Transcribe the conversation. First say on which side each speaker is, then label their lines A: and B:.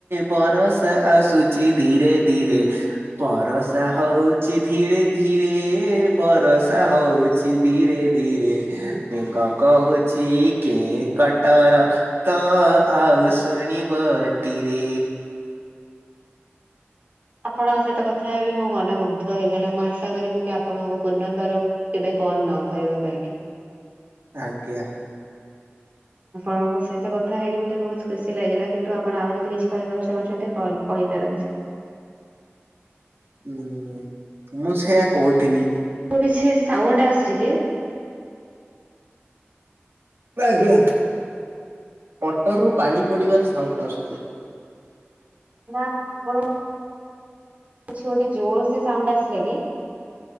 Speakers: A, on the right (about 60°); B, on the right (about 35°).
A: ବରଷା ଆସୁ ଚି ଧୀରେ ଧୀରେ। ବରଷା ହଉଚି ଧୀରେ ଧୀରେ ବରଷା ହଉଚି ଧୀରେ ଧିରେ ବେଙ୍ଗ କହୁଛି କେଁ କଟର। ତ ଆଉ ଶୁଣିବଟିରେ।
B: ଆପଣଙ୍କ ସହିତ କଥା ହେ କି ମୋ ମନ ମୁଗ୍ଧ ହେଇଗଲା ମୁଁ ଆଶା କରିବି କି ଆପଣଙ୍କୁ ପୁନର୍ବାର। କେବେ କଲ୍ ନ କରିବା ପାଇଁ କି।
A: ଆଜ୍ଞା।
B: ଆପଣଙ୍କ ସହିତ କଥା ହେଇକି ମତେ ବହୁତ ଖୁସି ଲାଗିଲା। କିନ୍ତୁ ଆପଣ ଆଉ ଯଦି କିଛି କହିବାକୁ ଚାହୁଁଛନ୍ତି କଲ୍ କହିପାରନ୍ତି।
A: ଉଁ ହୁଁ ମୁଁ ସେୟା କହୁଥିଲି।
B: ମୁଁ କିଛି ସାଉଣ୍ଡ ଆସୁଛି କି।
A: ଆଜ୍ଞା ମଟର ରୁ ପାଣି ପଡିବାର ସାଉଣ୍ଡ ଆସୁଛି।
B: ନା ଆପଣ ଛି ଗୋଟେ ଜୋର ସେ ସାଉଣ୍ଡ ଆସିଲା କି?